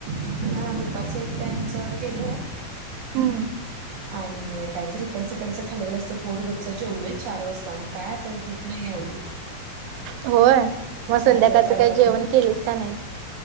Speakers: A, on the right; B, on the right.
A: हा दुपारचं एक त्यांचं केलं.
B: हम्म
A: आणि काहीतरी तिकडचं खाल्लेलं असतंय पोट गच्च हाय, जेवलोय चार वाजता मग काय आता भूक नाही एवढी.
B: होय मग
A: काहीतरी
B: संध्याकाळचं
A: आता
B: काही जेवण केलीस का नाय?